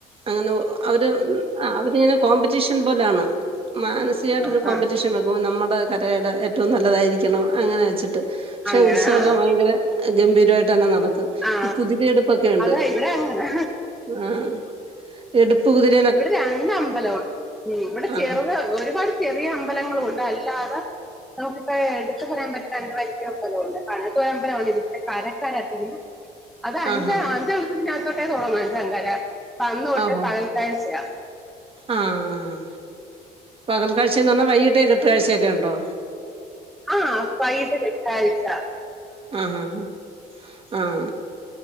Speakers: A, on the right; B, in the centre.
A: അങ്ങനെ അവര് ആ അവര് ഇങ്ങനെ കോമ്പറ്റീഷൻ പോലാണ് മാനസികമായിട്ടൊരു
B: ആ
A: കോമ്പറ്റീഷൻ
B: ആ
A: വെക്കുമ്പ നമ്മുടെ കരയുടെ ഏറ്റവും നല്ലതായിരിക്കണം അങ്ങനെ വെച്ചിട്ട് പക്ഷേ
B: അങ്ങനെ
A: ഉത്സവൊക്കെ
B: ആ
A: ഭയങ്കര ഗംഭീരമായിട്ട് തന്നെ നടത്തും
B: ആ
A: ഈ കുതിരയെടുപ്പൊക്കെ ഉണ്ട്
B: അതാ ഇവിടെ അങ്ങനെ
A: ആഹ് എടുപ്പ് കുതിര
B: ഇവിടെ രണ്ട് അമ്പലവും ഉം ഇവിടെ ചെറുത്
A: ആഹ്
B: ഒരുപാട് ചെറിയ അമ്പലങ്ങളും ഉണ്ട് അല്ലാതെ നമുക്കിപ്പ എടുത്ത് പറയാൻ പറ്റുണ്ട രണ്ട് വലിയ അമ്പലം ണ്ട് കനത്തരമ്പല ഇപോലെ കരക്കാര പിന്നെ അത് അഞ്ച
A: ആഹ് ആഹ്
B: അഞ്ച അതിനകത്തോട്ടെ തുടങ്ങും അഞ്ചാങ്കര അപ്പ അന്ന് തൊട്ടേ
A: ഓഹോ
B: പകൽ കാഴ്ചയാ
A: ആഹ് പകൽക്കാഴ്ച്ചെന്ന് പറഞ്ഞാൽ വൈകിട്ടേ കെട്ടുകാഴ്ചയൊക്കെ ഉണ്ടോ
B: ആ വൈകിട്ട് കെട്ട് കാഴ്ച
A: ആഹ് ആഹ് ആഹ്